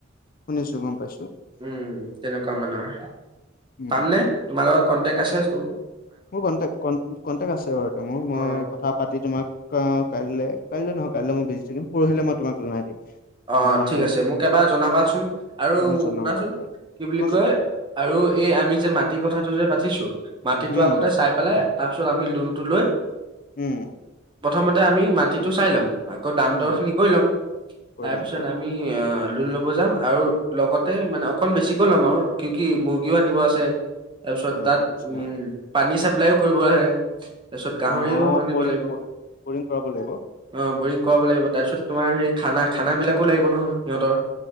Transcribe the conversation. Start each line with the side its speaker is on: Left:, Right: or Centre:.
Left: শুনিছো গম পাইছো,
Right: উম তেনেকুৱা অকমানৰ
Left: উম।
Right: পাম নে তোমাৰ লগত কণ্টেক্ট আছে টো
Left: মোৰ কণ্টেক্ট কন কণ্টেক্ট আছে বাৰু মোৰ মই
Right: অ
Left: কথা পাতি তোমাক কাইলে কাইলে নহয় কাইলে মই বিজি থাকিম পৰহিলে মই তোমাক জনাই দিম।
Right: অ
Left: তোমাৰ
Right: ঠিক আছে মোক এবাৰ জনাবাচোন আৰু
Left: মই জনাম
Right: শুনাচোন
Left: বাৰু, তে।
Right: কি বুলি
Left: কোৱাচোন
Right: কয় আৰু এই আমি যে মাটিৰ কথাটো যে পাতিছো মাটিত
Left: উম,
Right: টো আগতে চাই পেলাই তাৰ পিছত আমি লোনটো লৈ
Left: উম,
Right: অহ প্ৰথমতে আমি মাটিটো চাই ল'ম আকৌ দাম
Left: অ'।
Right: দৰখিনি কৰি ল'ম
Left: কৰি
Right: তাৰপিছত
Left: ল'ম কৰি ল'ম,
Right: আমি লোন ল'ব যাম আৰু লগতে মানে অকণ বেছিকৈ ল'ম আৰু কি কি মুৰ্গীও আনিব আছে। তাৰ পিছত
Left: আ,
Right: তাত
Left: আচ্ছা
Right: উম পানী চাপ্লাইও কৰিব আহে তাৰপিছত গাহৰিও
Left: অ', অ',
Right: আনিব
Left: বৰিং
Right: লাগিব।
Left: বৰিং কৰাব লাগিব।
Right: অ বৰিং কৰাব লাগিব তাৰপিছত তোমাৰ হেই খানা খানাবিলাকো লাগিব নহয় সিহঁতৰ।